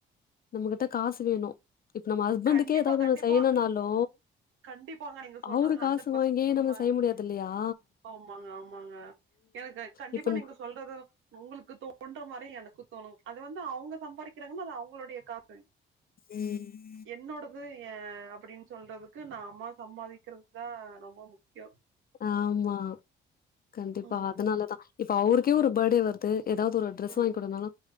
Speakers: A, on the left (about 45°); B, on the right (about 80°).
A: நம்மகிட்ட காசு வேணூ இப்ப நம்ம ஹஸ்பண்டுக்கே
B: கண்டிப்பா
A: ஏதாவது
B: கண்டிப்பா
A: ஒன்னூ செய்யணும்னாலூ
B: கண்டிப்பாங்க நீங்க சொல்றது
A: அவுரு
B: ஹண்ட்ரட்
A: காசு
B: பர்சன்ட்
A: வாங்கியே
B: உண்ம
A: நம்ம செய்ய முடியாது இல்லயா
B: ஆமாங்க ஆமாங்க எனக்கு அது கண்டிப்பா
A: இப்ப ந
B: நீங்க சொல்றது உங்களுக்கு தோன்ற மாரியே எனக்குந் தோணூ அது வந்து அவுங்க சம்பாரிக்கிறாங்கன்னா அது அவுங்களுடைய காசு
A: ம்
B: என்னோடது ஏ அப்டின் சொல்றதுக்கு நாம்மா சம்பாதிக்கிறது தா ரொம்ப முக்கியோ
A: ஆமா கண்டிப்பா
B: ம்
A: அதனாலதா இப்ப அவருக்கே ஒரு பர்டே வருது ஏதாவது ஒரு ட்ரெஸ்
B: ம்
A: வாங்கி குடுக்கனாலூ